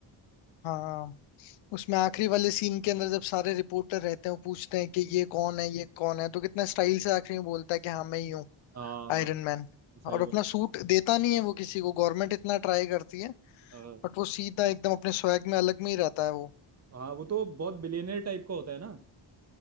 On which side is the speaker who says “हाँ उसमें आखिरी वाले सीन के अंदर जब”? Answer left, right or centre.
Left